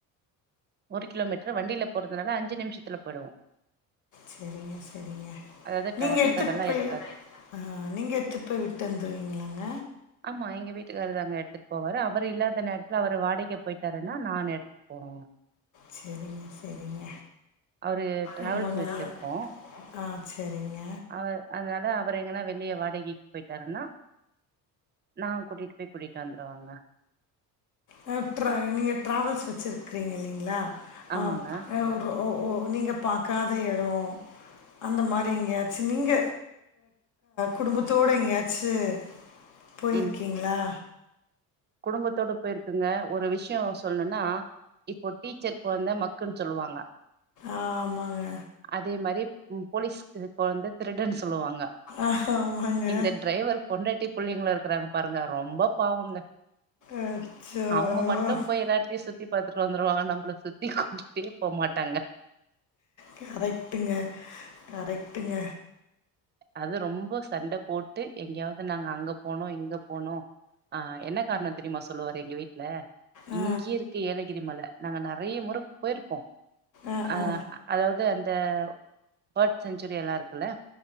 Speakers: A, on the right; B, on the left.
A: ஒரு கிலோமீட் ரு வண்டில போறதுனால அஞ்சு நிமிஷத்துல போயிடுவோம்
B: சரிங்க சரிங்க
A: அதாவது
B: நீங்கள்
A: டிராபிக்
B: எடுத்துகிட்டு
A: அதெல்லாம்
B: போய்
A: இருக்காது
B: ஆ நீங்க எடுத்துட்டு போய் விட்டு வந்துருவீங்களாங்க
A: ஆமா எங்க வீட்டுக்காரர் தாங்க எடுத்துட்டு போவாரு அவரு இல்லாத நேரத்துல அவுரு வாடிக்கை போயிட்டாருன்னா நான் எடுத்து போவேன்
B: செரிங்க செரிங்க
A: அவரு டிராவல்ஸ்
B: ரொம்ப நல்ல
A: வச்சிருக்கோ
B: ஆ செரிங்க
A: அவர் அதனால அவர் எங்கன்னா வெளியே வாடகிக் போயிட்டார்னா நா கூட்டிட்டு போய் கூட்டிட்டு வந்துருவேங்க
B: அ ட்ரெய்னி நீங்கள் ட்ராவல்ஸ் வச்சிருக்கீங்க இல்லீங்ளா
A: ஆமாங்க
B: ஆப் ஓஓ நீங்க பாக்காத எடோவ் அந்த மாரி எங்காச்சோ நீங்க குடும்பத்தோடு எங்கயாச்சு போயிருக்கீங்ளா
A: ம் குடும்பத்தோட போயிருக்கேங்க ஒரு விஷ்யோ சொல்லோன்னா இப்போ டீச்சர் கொழந்த மக்குன்னு சொல்லுவாங்க
B: ஆ ஆமாங்க
A: அதே மாரி போலீஸ் கொழந்த திருடன் சொல்லுவாங்க
B: ஆமாங்க
A: இந்த டிரைவர் பொண்டாட்டி புள்ளிங்ளோ இருக்காங்க பாருங்க ரொம்ப பாவங்க
B: அச்சோ
A: அவுங்க மட்டோ போய் எல்லாத்தியு சுத்தி பாத்துட்டு வந்துருவாங்க நம்பள சுத்தி கூட்டிட்டே போ மாட்டாங்க
B: கரெக்டுங்க கரெக்டுங்க
A: அது ரொம்ப சண்ட போட்டு எங்கியாவ்து நாங்க அங்க போனோ இங்க போனோ ஆ என்ன கார்ணோ‌ தெரிமா சொல்லுவாரு எங்க வீட்ல
B: ஆ
A: இங்யே இருக்கு ஏலகிரி மல நாங்க நெறைய முற போயிருப்போ
B: ஆ
A: அ
B: ஆ
A: அதாவது அந்த பஹட் சென்சுரில்லா இருக்குல்ல